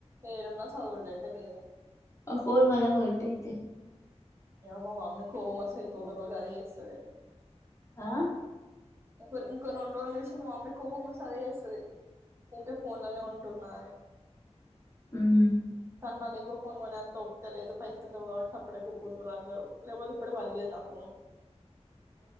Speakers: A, on the right (about 20°); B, on the left (about 25°).
A: ఏడ ఉన్న చదువుడు ఐతే లేదు.
B: అ ఫోన్ పలగొట్టు అయితే,
A: ఏ ఇగ మా మమ్మీ కి కోపం వస్తే ఇంకొక రోజు అదే చేస్తది.
B: ఆ
A: ఇంక ఇంకో రెండు రోజులుచూసి మా మమ్మీ కోపం వస్ స్తే అదే చేస్తది. ఊకే ఫోన్లనే ఉంటున్నా అని.
B: ఉమ్
A: కానీ మళ్ల ఇంకో ఫోన్ కొనే అంతా ఓపిక లేదు, పైసలు లేవు కాబట్టి సప్పుడేక ఊకు కుంటరుఅందరు లేకపోతే ఇప్పటికి పగిలేది నాఫోన్.